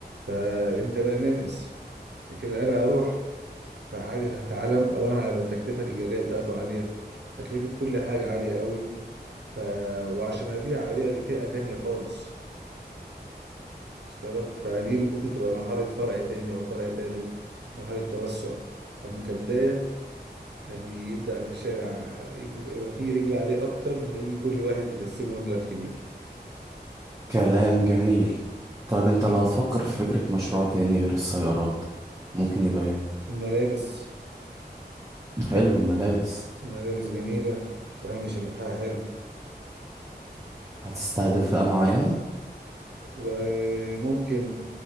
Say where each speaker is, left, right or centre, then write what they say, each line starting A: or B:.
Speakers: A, on the right; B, on the right.
A: فأنت بقى نافس لكن أنا أروح في حاجة تحت علم أولا هيبقى التكلفة الإيجارية بتاعته عالية تكلفة كل حاجة عالية قوي ف... وعشان أبيع أبيع لفئة تانية خالص وصل لك؟ فدي بت- ممكن تبقى مرحلة فرع تاني أو فرع تالت مرحلة توسع أما كبداية يعني يبدأ في الشارع يبقى فيه رجل عليه أكتر ما يجي كل واحد يكسبه مبلغ كبير
B: كلام جميل طيب انت لو هتفكر في فكرة مشروع تاني غير السيارات ممكن يبقى ايه
A: الملابس
B: حلو الملابس
A: الملابس جميلة وهامش ربحها حلو
B: هتستهدف فئة معينة
A: وممكن